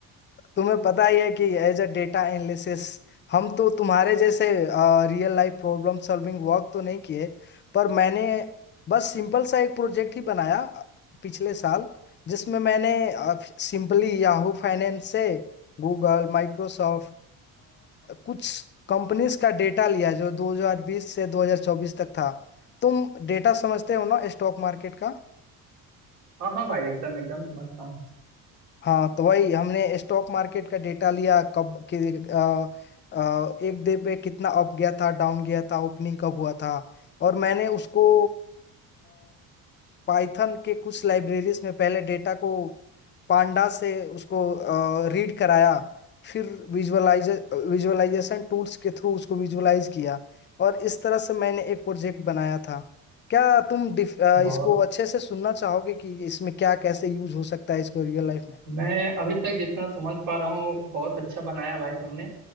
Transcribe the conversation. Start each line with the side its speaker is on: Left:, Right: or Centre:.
Left: तुम्हें पता ही है कि एज अ डेटा एनालिसिस हम तो तुम्हारे जैसे real life problem solving work तो नहीं किए पर मैंने बस सिंपल सा एक प्रोजेक्ट ही बनाया अ, पिछले साल जिसमें मैंने सिंपली याहू फाइनेंस से गूगल माइक्रोसॉफ्ट कुछ कंपनीज का डेटा लिया जो 2020 से 2024 तक था तुम डेटा समझते हो ना स्टॉक मार्केट का
Right: हाँ हाँ भाई एकदम एकदम समझता हूँ
Left: हाँ तो वही हमने स्टॉक मार्केट का डेटा लिया कब कि, अ, अ, एक डे पे कितना अप गया था डाउन गया था ओपनिंग कब हुआ था और मैंने उसको पाइथन के कुछ लाइब्रेरीज में पहले डेटा को पांडा से उसको रीड कराया फिर विजुअलाइज विजुअलाइजेशन टूल्स के थ्रू उसको विजुअलाइज किया और इस तरह से मैंने एक प्रोजेक्ट बनाया था क्या तुम डिफ- अ,
Right: बहुत
Left: इसको अच्छे से सुनना चाहोगे कि इसमें क्या कैसे यूज हो सकता है इसको रियल लाइफ में
Right: मैं अभी तक जितना समझ पा रहा हूँ बहुत अच्छा बनाया भाई तुमने